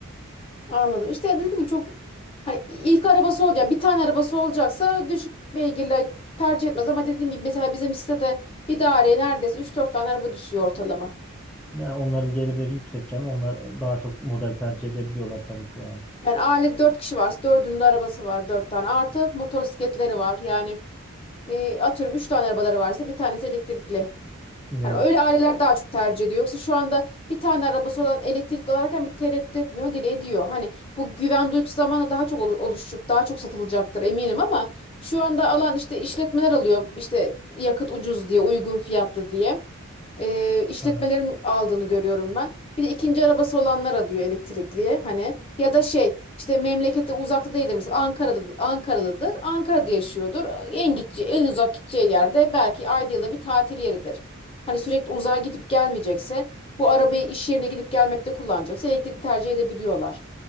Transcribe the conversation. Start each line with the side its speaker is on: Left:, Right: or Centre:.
Left: anladım. İşte dediğim gibi çok hani ilk arabası olacak, bir tane arabası olacaksa düşük beygirli tercih etmez. Ama dediğim gibi mesela bizim sitede bir daireye neredeyse Üç dört tane araba düşüyor ortalama.
Centre: Yani onların gelirleri yüksek canım. Onlar daha çok model tercih edebiliyorlar tabii ki yani.
Left: Yani ailede 4 kişi varsa 4'ünün de arabası var 4 tane. Artı motosikletleri var. Yani E, atıyorum 3 tane arabaları varsa bir tanesi elektrikli.
Centre: Yine
Left: Hani öyle aileler daha çok tercih ediyor. Yoksa şu anda bir tane arabası olan elektrikli alırken bir tereddüt etmiyor, dil ediyor. Hani bu güven duygusu zamanla daha çok olu- oluşup daha çok satılacaktır eminim ama şu anda alan işte işletmeler alıyor. işte yakıt ucuz diye, uygun fiyatlı diye e, işletmelerin
Centre: tabii.
Left: aldığını görüyorum ben. Bir de ikinci arabası olanlar alıyor elektrikli hani ya da şey işte memlekette uzakta değildir mesela Ankara'da Ankaralıdır Ankara'da yaşıyordur en gideceği en uzak gideceği yerde belki ayda yılda bir tatil yeridir. Hani sürekli uzağa gidip gelmeyecekse bu arabayı iş yerine gidip gelmekte kullanacaksa elektrikli tercih edebiliyorlar.